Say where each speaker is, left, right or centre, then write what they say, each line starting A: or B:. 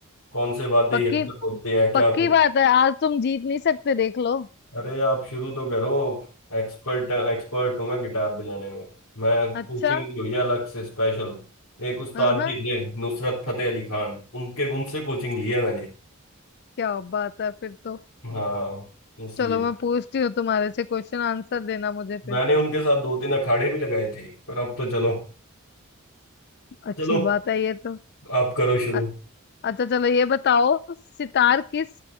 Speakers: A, on the left (about 80°); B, on the left (about 50°).
A: कौन से वाद्य
B: पक्की
A: यंत्र बोलते हैं क्या
B: पक्की बात है आज तुम जीत नहीं सकते देख लो
A: अरे आप शुरू तो करो एक्सपर्ट एक्सपर्ट हूँ मैं गिटार बजाने में मैं
B: अच्छा
A: कोचिंग ली हुई है अलग से स्पेशल एक उस्ताद
B: हाँ हाँ
A: जी थे नुसरत फतेह अली खान उनके उनसे कोचिंग ली है मैंने
B: क्या बात है फिर तो
A: हाँ इसलिए
B: चलो मैं पूछती हूँ तुम्हारे से क्वेश्चन आंसर देना मुझे फिर
A: मैंने उनके साथ दो तीन अखाड़े भी लगाए थे पर अब तो चलो
B: अच्छी
A: चलो
B: बात है ये तो
A: आप करो शुरू
B: अ- अच्छा चलो ये बताओ सितार किस